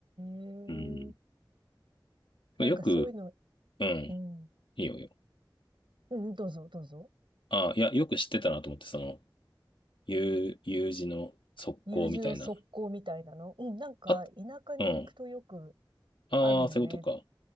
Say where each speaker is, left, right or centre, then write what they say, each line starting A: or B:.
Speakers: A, on the right; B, on the left.
A: え
B: うん。
A: なんかそういうの、
B: よく、うん、
A: うん、
B: いいよいいよ。
A: うん、どうぞ、どうぞ。
B: あ、いや、よく知ってたなと思って、その、U、U 字の側溝みたいな
A: U 字の側溝みたいなの。うん、なんか田舎に行くとよく
B: あ、うん。ああ、
A: あるよねって。
B: そういうことか。